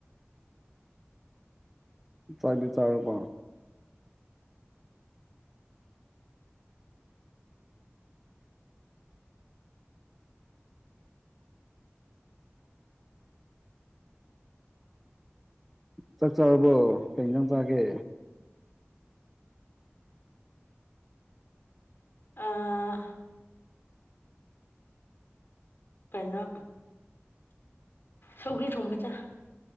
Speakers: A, in the centre; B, on the left (about 50°).
A: ꯆꯥꯛꯗꯤ ꯆꯥꯔꯕꯣ ꯆꯥꯛ ꯆꯥꯔꯕꯣ ꯀꯩ ꯍꯤꯟꯖꯥꯡ ꯆꯥꯒꯦ
B: ꯑꯥ ꯀꯩꯅꯣ ꯁꯧꯒ꯭ꯔꯤ ꯊꯣꯡꯕ ꯆꯥꯏ